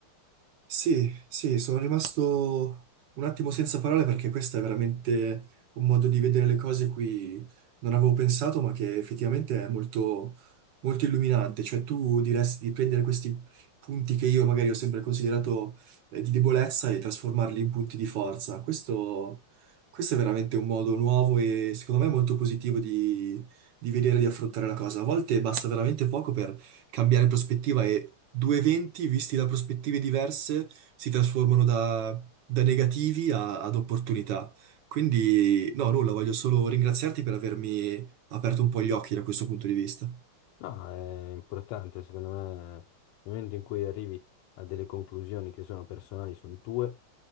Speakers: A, on the right; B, on the left.
A: Sì, sì, sono rimasto un attimo senza parole perché questo è veramente un modo di vedere le cose cui non avevo pensato, ma che effettivamente è molto, molto illuminante. Cioè, tu diresti di prendere questi punti che io magari ho sempre considerato eh, di debolezza e trasformarli in punti di forza. Questo, questo è veramente un modo nuovo e secondo me molto positivo di, di vedere e di affrontare la cosa. A volte basta veramente poco per cambiare prospettiva due eventi visti da prospettive diverse si trasformano da, da negativi a- ad opportunità. Quindi, no, nulla, voglio solo ringraziarti per avermi aperto un po' gli occhi da questo punto di vista.
B: No, è importante, secondo me, nel momento in cui arrivi a delle conclusioni che sono personali, sono tue,